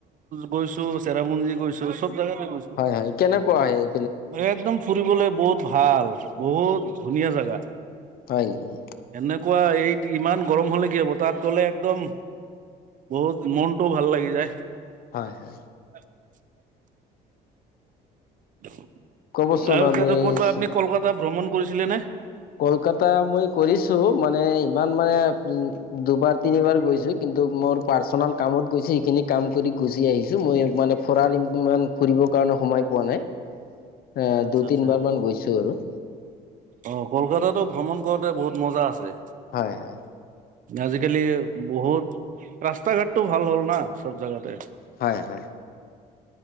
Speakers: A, on the right; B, on the left.
A: গৈছো, চেৰাপুঞ্জি গৈছো চব জেগাতে গৈছোঁ
B: হয়-হয়, কেনেকুৱা এই
A: একদম ফুৰিবলৈ বহুত ভাল, বহুত ধুনীয়া জেগা।
B: হয় নেকি।
A: এনেকুৱা এই ইমান গৰম হ'লে কি হ'ব, তাত গলে একদম বহুত মনটোও ভাল লাগি যায়।
B: হয়, হয়।
A: <unintelligible> আৰু <unintelligible>
B: ক'বচোন আমি
A: আপুনি কলকাতা ভ্ৰমণ কৰিছিলেনে?
B: কলকাতা মই কৰিছো মানে ইমান মানে দুবাৰ তিনিবাৰ গৈছো, কিন্তু মোৰ পাৰ্চনেল কামত গৈছো সেইখিনি কাম কৰি গুচি আহিছো। মই মানে ফৰাৰ ইমান ফুৰিবৰ কাৰণে সময় পোৱা নাই। অ,
A: আচ্ছা
B: দুই
A: আচ্ছা
B: তিনবাৰ মান গৈছো আৰু।
A: অ', কলকাতাটো ভ্ৰমণ কৰোতে বহুত মজা আছে।
B: হয় হয়
A: আজিকালি বহুত ৰাস্তা ঘাটটো ভাল হ'ল না, চব জাগাতে।
B: হয়, হয়।